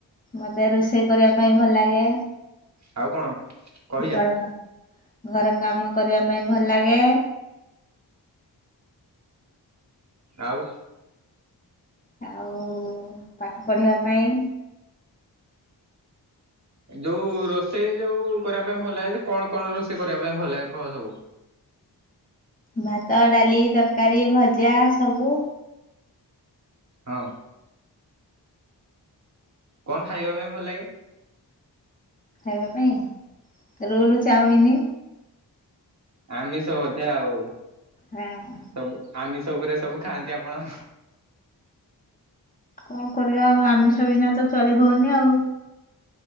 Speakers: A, on the left; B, on the right.
A: ମତେ ରୋଷେଇ କରିବା ପାଇଁ ଭଲଲାଗେ।
B: ଆଉ କଣ କହିଯା
A: ଘର କାମ ଘର କାମ କରିବା ପାଇଁ ଭଲ ଲାଗେ।
B: ଆଉ
A: ଆଉ ପାଠ ପଢ଼ିବା ପାଇଁ।
B: ଯୋଉ ରୋଷେଇ ଯୋଉ କରିବା ପାଇଁ ଭଲ ଲାଗେ ଯେ କଣ କଣ ରୋଷେଇ କରିବା ପାଇଁ ଭଲ ଲାଗେ କହ ସବୁ
A: ଭାତ, ଡାଲି, ତରକାରୀ, ଭଜା ସବୁ
B: ହଁ। କଣ ଖାଇବାପାଇଁ ଭଲ ଲାଗେ?
A: ଖାଇବା ପାଇଁ ରୋଲ, ଚାଉମିନି
B: ଆମିଷ ବୋଧେ ଆଉ
A: ହଁ।
B: ସବୁ ଆମିଶ ଉପରେ ସବୁ ଖାଆନ୍ତି ଆପଣ।
A: କଣ କରିବା ଆଉ ଆମିଷ ବିନା ତ ଚଳି ହଉନି ଆଉ